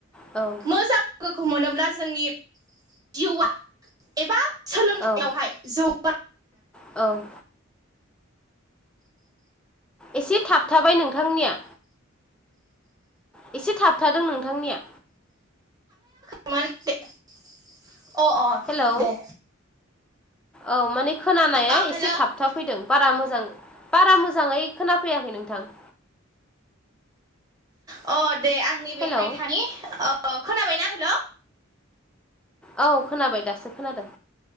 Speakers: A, in the centre; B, on the right.
A: औ
B: मोजां लोगोखौ मोनोब्ला जोंनि जिउआ एबा सोलोंथाइयावहाय
A: औ
B: जौगानाय
A: औ एसे थाबथाबाय नोंथांनिया एसे थाबथादों नोंथांनिया
B: <unintelligible> अ अ
A: हेलौ
B: दे
A: औ माने खोनानाया
B: औ
A: एसे
B: हेल' अ
A: थाबथा फैदों बारा मोजां बारा मोजाङै खोनाफैयाखै नोंथां।
B: अ दे आंनि बेहाय
A: हेलौ
B: थानि खोनाबायना हेल'
A: औ खोनाबाय दासो खोनादों